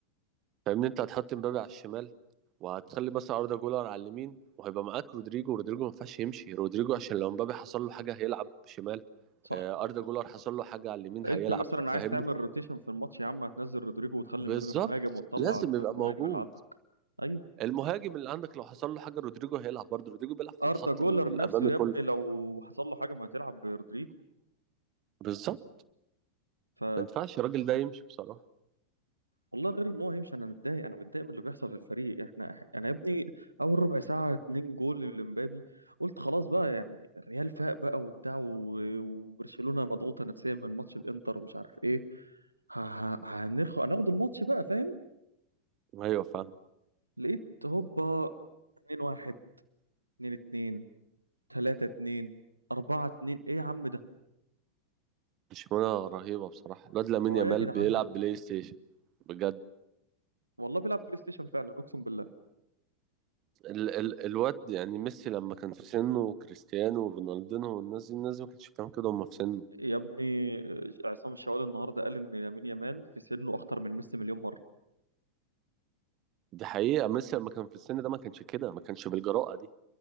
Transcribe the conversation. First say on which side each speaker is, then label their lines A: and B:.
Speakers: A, on the right; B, on the right.
A: فاهمني انت هتحط مبابي على الشمال وهتخلي مثلا اردا جولر على اليمين وهيبقى معاك رودريجو رودريجو ما ينفعش يمشي رودريجو عشان لو مبابي حصل له حاجه هيلعب شمال
B: صح
A: آه، اردا جولر حصل له حاجه على اليمين هيلعب
B: انت مثلا
A: فاهمني
B: عايز تعمل روتيشن في الماتش يا عم هتنزل رودريجو وتخلي
A: بالظبط
B: مبابي مهاجم وتطلع
A: لازم
B: المهاجم
A: يبقى موجود
B: اللي عندك ايوه
A: المهاجم اللي عندك لو حصل له حاجه رودريجو هيلعب برضه رودريجو بيلعب في
B: اردا
A: الخط
B: جولر
A: الامامي
B: نفسه
A: كله
B: يا ابني لو حصل له حاجه ما هتلعب برودريجو
A: بالظبط
B: ف
A: ما ينفعش الراجل ده يمشي بصراحه
B: والله غير ان هو هيمشي انا متضايق انا متضايق من اللي بيحصل في الفريق احنا انا يا ابني اول ربع ساعه اتنين جول لمبابي قلت خلاص بقى يعني الريال فاق بقى وبتاع و- وبرشلونه مضغوطه نفسيا من ماتش الانتر ومش عارف ايه ه- ه- هنرخ هناخد الماتش بقى فاهم
A: ايوه فاهم
B: لقيت هوبا 2 1 2 2 3 2 4 2 ايه يا عم ده
A: برشلونه رهيبه بصراحه الواد لامين
B: هو
A: يامال
B: ايه يا جدعان
A: بيلعب
B: ده
A: بلاي ستيشن بجد
B: والله بيلعب بلاي ستيشن فعلا اقسم بالله
A: ال ال الواد يعني ميسي لما كان في سنه وكريستيانو ورونالدينو والناس دي الناس دي ما كانتش بتعمل كده وهم في سنه
B: يا ابني عصام الشوالي النهارده قال ان لامين يامال في سنه اخطر من ميسي مليون مره
A: دي حقيقة يعني ميسي لما كان في السن ده ما كانش كده ما كانش بالجراءة دي